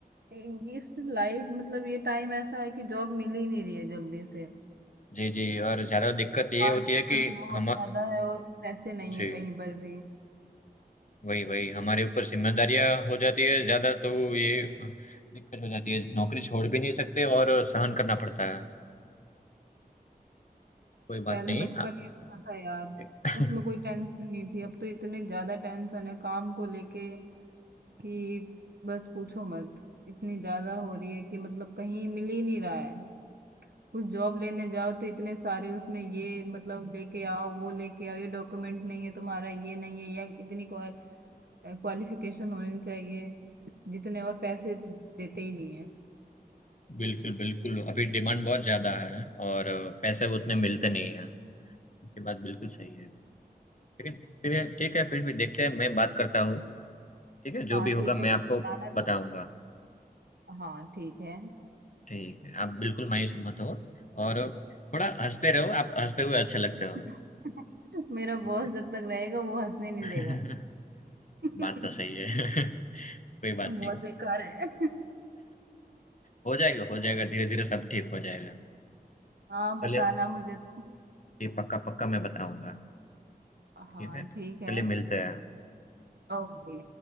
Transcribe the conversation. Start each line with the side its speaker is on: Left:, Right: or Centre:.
Right: ये- इस लाइफ मतलब ये टाइम ऐसा है कि जॉब मिल ही नहीं रही है जल्दी से
Left: जी जी और ज़्यादा दिक्कत ये
Right: हार्ड
Left: होती है कि
Right: वर्क बहुत
Left: हम
Right: ज्यादा है और पैसे नहीं
Left: जी
Right: है कहीं पर भी
Left: वही वही हमारे ऊपर जिम्मेदारियां हो जाती है ज़्यादा तो ये दिक्कत हो जाती है नौकरी छोड़ भी नहीं सकते और सहन करना पड़ता है कोई
Right: पहले
Left: बात नहीं
Right: बचपन
Left: आ-
Right: ही अच्छा था यार
Left: <laughs>
Right: उसमें कोई टेंशन नहीं थी अब तो इतने ज्यादा टेंशन है काम को लेके कि बस पूछो मत इतनी ज्यादा हो रही है कि मतलब कहीं मिल ही नहीं रहा है कुछ जॉब लेने जाओ तो इतने सारे उसमें ये मतलब लेके आओ वो लेके आओ ये डॉक्यूमेंट नहीं है तुम्हारा ये नहीं है या कितनी क्वालिफिकेशन होनी चाहिए जितने और पैसे देते ही नहीं है
Left: बिल्कुल बिल्कुल अभी डिमांड बहुत ज़्यादा है और पैसे उतने मिलते नहीं है ये बात बिल्कुल सही है लेकिन फिर ठीक है फिर भी देखते हैं मैं बात करता हूँ ठीक है
Right: हाँ
Left: जो भी
Right: ठीक
Left: होगा मैं
Right: है मुझे
Left: आपको
Right: जाना है
Left: बताऊंगा
Right: तो हाँ ठीक है
Left: ठीक है आप बिल्कुल मायूस मत हो और थोड़ा हंसते रहो आप हंसते हुए अच्छे लगते हो
Right: <laughs> मेरा
Left: ठीक
Right: बॉस
Left: है
Right: जब तक रहेगा वो हंसने नहीं
Left: <laughs>
Right: देगा <laughs>
Left: बात तो सही है <laughs> कोई बात
Right: बहुत
Left: नहीं
Right: बेकार है
Left: हो जाएगा हो जाएगा धीरे धीरे सब ठीक हो जाएगा
Right: हाँ बताना
Left: चलिए
Right: मुझे तो
Left: ये पक्का पक्का मैं बताऊंगा
Right: हाँ
Left: ठीक है
Right: ठीक है
Left: चलिए मिलते हैं
Right: ओके